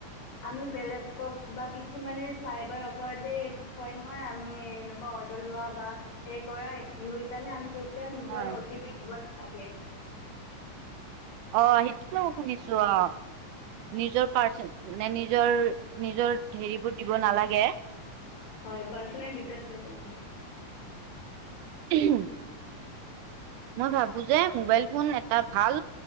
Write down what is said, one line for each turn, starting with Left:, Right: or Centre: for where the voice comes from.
Left: আমি বেলেগক বা কিছুমানে চাইবাৰ অপৰাধে কয় নহয় আমি এনেকুৱা অৰ্ডৰ লোৱা বা হেৰি কৰা, সেইকাৰণে আমি কে তিয়াও নিজৰ
Right: হয়
Left: অ' টি পি দিব নালা নালাগে।
Right: অ সেইটোতো শুনিছোঁ অ। নিজৰ পাৰ্চন, মানে নিজৰ, নিজৰ হেৰিবোৰ দিব নালাগে।
Left: হয় পাৰ্চনেল ডিটেইলছ দিব নালাগে?
Right: উম মই ভাবো যে মোবাইল ফোন এটা ভাল